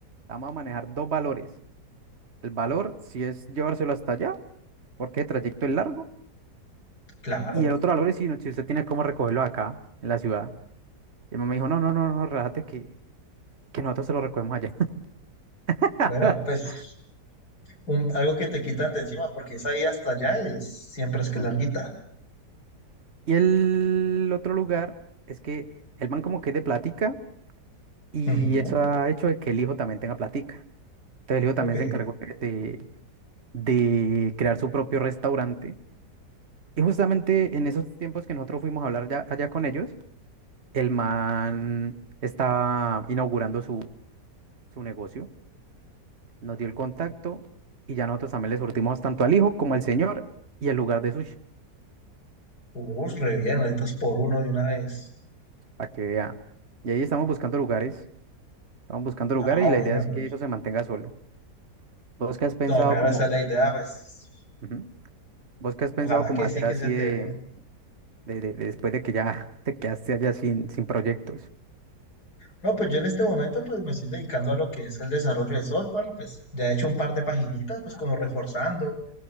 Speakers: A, on the right (about 40°); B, on the left (about 65°).
A: vamos a manejar dos valores. El valor si es llevárselo hasta allá, porque el trayecto es largo.
B: Claro.
A: Y el otro valor es si, no- si usted tiene cómo recogerlo acá, en la ciudad. Y el mamá me dijo, no, no, no, no, relájate que, que nosotros se lo recogemos allá. <laughs>
B: Bueno, pues. un- algo que te quitan de encima, porque esa ahí hasta allá es, siempre es que
A: Ujú.
B: larguita.
A: Y el otro lugar es que el man como que es de platica y
B: Ujú,
A: eso ha hecho de que el hijo también tenga platica. Entonces el hijo también
B: Ok,
A: se encargó de, de crear su propio restaurante. Y justamente en esos tiempos que nosotros fuimos a hablar ya- allá con ellos, el man estaba inaugurando su, su negocio, nos dio el contacto y ya nosotros también le surtimos tanto al hijo como al señor y el lugar de sushi,
B: Uf, re bien, ahorita es por uno de una vez.
A: para que vea. Y ahí estamos buscando lugares, estamos buscando lugares
B: Ah,
A: y
B: bueno,
A: la idea es
B: no.
A: que eso se mantenga solo. ¿Vos qué has pensado
B: No, claro,
A: como,
B: esa es la idea, pues
A: Ujú. vos qué has
B: ojalá
A: pensado como
B: que
A: hacer
B: sí que
A: así
B: se te
A: de,
B: dé.
A: de- de- de después de que ya te quedaste allá sin, sin proyectos?
B: No, pues yo en este momento pues me estoy dedicando a lo que es el desarrollo de software, pues ya he hecho un par de paginitas, pues como reforzando